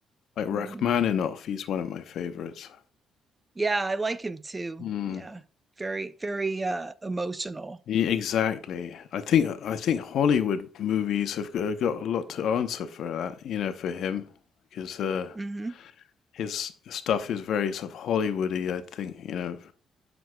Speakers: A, on the left; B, on the right.
A: like Rachmaninoff,
B: hmm
A: he's one of my favorites.
B: Yeah, I like him too.
A: Mm.
B: Yeah, very, very uh, emotional.
A: Ye- exactly. I think I think Hollywood movies have got, got a lot to answer for that, you know, for him, because uh,
B: hmm
A: his stuff is very sort of Hollywoody, I think, you know.